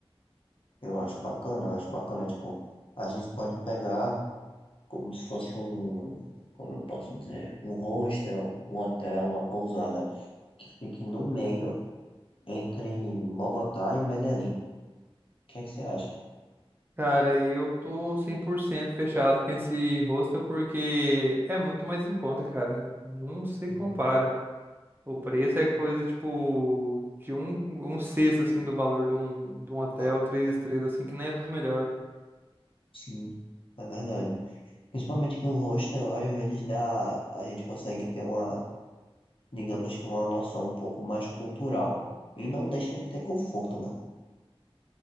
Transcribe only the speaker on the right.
Cara, eu tô 100% fechado com esse hostel porque é muito mais em conta, cara. Não se
compara. O preço é coisa, tipo, de um, um sexto, assim, do valor de um, de um hotel,
três estrelas, assim, que nem é dos melhores.